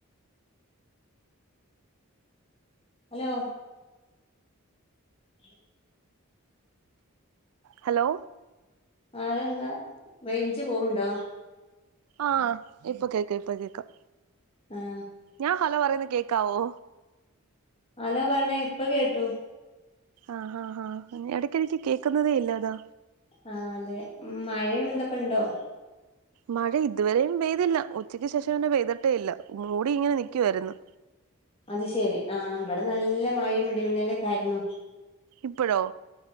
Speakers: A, on the left; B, on the right.
A: ഹലോ ഉം
B: ഹലോ
A: ആഹ് അതെന്താ റേഞ്ച് പോവ്ണ്ടോ
B: ആഹ് ഇപ്പൊ കേക്കാം ഇപ്പൊ കേക്കാം
A: ആഹ്
B: ഞാൻ ഹലോ പറയുന്നത് കേക്കാവോ
A: ആലോ പറയ്ണ ഇപ്പ കേട്ടു
B: ആഹ് ആഹ് ആഹ് ഇടക്കിടക്ക് കേക്കുന്നതേ ഇല്ല അതാ
A: ആഹ് അതെ മഴ ന്തൊക്കെണ്ടോ
B: മഴ ഇതുവരെയും പെയ്തില്ല ഉച്ചയ്ക്ക് ശേഷം പിന്നെ പെയ്തിട്ടേ ഇല്ല മൂടി ഇങ്ങനെ നിക്കുവായിരുന്നു
A: അത് ശെരി ആഹ് ഇവിടെ നല്ല മഴയും ഇടിമന്നേലൊക്കെ ആയിരുന്നു
B: ഇപ്പഴോ